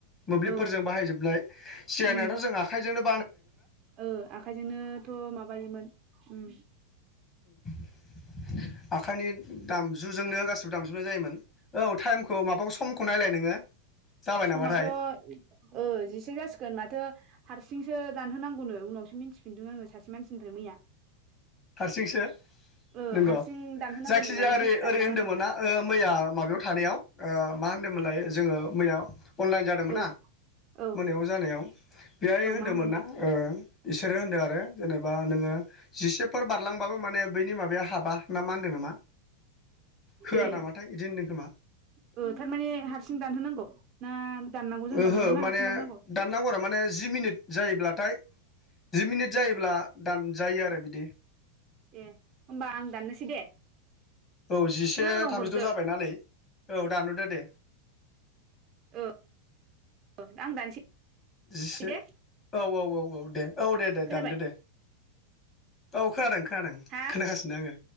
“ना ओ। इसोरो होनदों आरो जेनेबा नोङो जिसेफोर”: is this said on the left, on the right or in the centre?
Left